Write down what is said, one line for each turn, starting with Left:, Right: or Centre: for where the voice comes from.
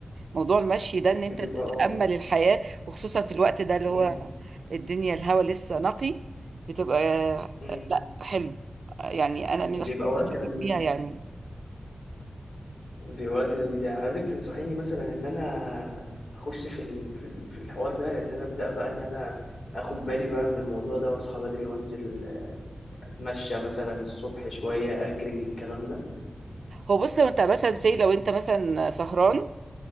Right: موضوع المشي ده ان انت
Left: بتبقى
Right: تتامل
Left: اه
Right: الحياه وخصوصا في الوقت ده اللي
Left: مم.
Right: هو الدنيا الهواء لسه نقي بتبقى
Left: مم.
Right: لا حلو يعني انا من
Left: بيبقى
Right: الحاجات
Left: وقت
Right: اللي بنفرح
Left: لذيذ
Right: بيها يعني
Left: دلوقتي لذيذ يعني عايزك تنصحيني مثلا ان انا اخش في ال- في ال- في الحوار ده ان انا ابدا بقى ان انا اخد بالي بقى من الموضوع ده واصحى بدري وانزل اتمشى مثلا الصبح شويه اجري الكلام ده
Right: هو بص لو انت مثلا سي لو انت مثلا سهران